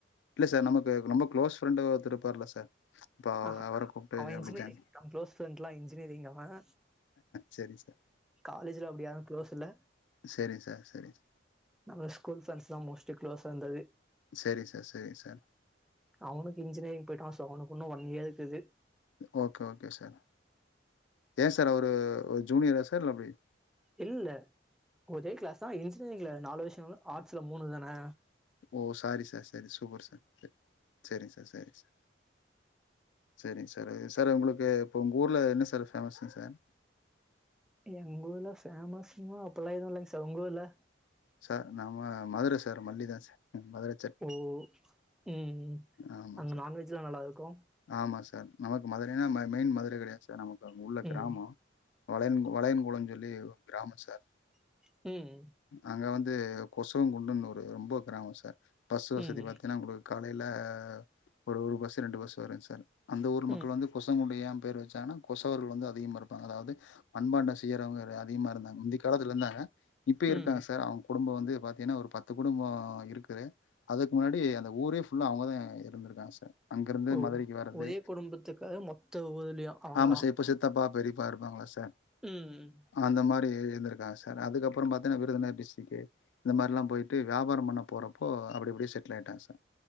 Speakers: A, on the left; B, in the centre.
A: இல்ல சார் நமக்கு ரொம்ப க்ளோஸ் ஃப்ரெண்டு ஒருத்தரு இருப்பார்ல சார் இப்போ
B: ஆஹ
A: அவர கூப்ட்டு
B: அவன்
A: அப்டி
B: இன்ஜினியரிங்
A: ஜாயின்
B: தா க்ளோஸ் ஃப்ரெண்ட்லா இன்ஜினியரிங் அவன்
A: செரி சார்
B: காலேஜ்ல அப்டி யாரு க்ளோஸ் இல்ல
A: செரிங்க சார் செரிங்க
B: நம்ம ஸ்கூல் ஃப்ரண்ட்ஸ்லா மோஸ்ட்டு க்ளோசா இருந்தது
A: சேரி சார் சேரி சார்
B: அவனுக்கு இன்ஜினியரிங் போயிட்டா சோ அவனுக்கு இன்னு ஒன் இயர் இருக்குது
A: ஓகே ஓகே சார் ஏன் சார் அவரு ஜூனியரா சார் இல்ல எப்டி
B: இல்லல்ல ஒரே கிளாஸ் தா இன்ஜினியரிங்ல நாலு வர்ஷோ ஆர்ட்ஸ்ல மூணு தானே
A: ஓ சாரி சார் சரி சூப்பர் சார் சேரிங்க சார் சேரிங்க சார் சேரிங்க சார் சார் உங்களுக்கு இப்போ உங்கள் ஊர்ல என்ன சார் ஃபேமஸுங்க சார்
B: எங்க ஊர்ல ஃபேமஸ்னா அப்பல்லா எதுவு இல்லைங்க சார் உங்க ஊர்ல
A: சார் நம்ம மதுரை சார் மல்லி தா சார் மதுரை
B: ஓ ம்
A: ஆமாம்
B: அங்க
A: சார்
B: நான்வெஜ்லா நல்லா இருக்கு
A: ஆமா சார் நமக்கு மதுரைனா ம மெயின் மதுரை கிடையாது சார் நமக்கு உள்ள கிராமோ
B: ம்
A: வளையங்கு வளையங்குளோன் சொல்லி ஒரு கிராம சார்
B: ம்
A: அங்க வந்து கொசுவங்குண்டுன்னு ஒரு ரொம்ப கிராமோ சர் பஸ்சு வசதி
B: ம்
A: பாத்தீன்னா உங்களுக் காலைல ஒரு ஒரு பஸ்சு ரெண்டு பஸ்சு வருங்க சர் அந்த ஊர் மக்கள்
B: ம்
A: வந்து கொசங்குண்டு ஏ பேர் வச்சாங்ன்னா கொசவர்கள் வந்து அதிகமா இருப்பாங்க அதாவது மண்பாண்ட செய்யறவங்க அதிகமா இருந்தாங்க முந்தி காலத்துல இருந்தாங்க இப்பயு இருக்காங்க
B: ம்
A: சர் அவங்க குடும்போ வந்து பாத்தீங்னா ஒரு பத்து குடும்போ இருக்குது அதுக்கு முன்னாடி அந்த ஊரே ஃபுல்லா அவங்கதா இருந்துருக்காங்க சர் அங்கிருந்து
B: ஓ
A: மதுரைக்கு வரது
B: ஒரே குடும்பத்துக்காக மொத்த ஊர்லயு அவங்கதா
A: ஆமா சர் இப்ப சித்தப்பா பெரிப்பா இருப்பாங்கள சர்
B: ம் ம்
A: அந்த மாரி இருந்திருக்காங்க சர் அதுக்கப்புறோ பாத்தீன்னா விருதுநகர் டிஸ்டிக்கு இந்த மாரில்லா போயின்ட்டு வியாபாரோ பண்ண போறப்போ அப்படிப்படியே செட்டில் ஆய்ட்டாங்க சார்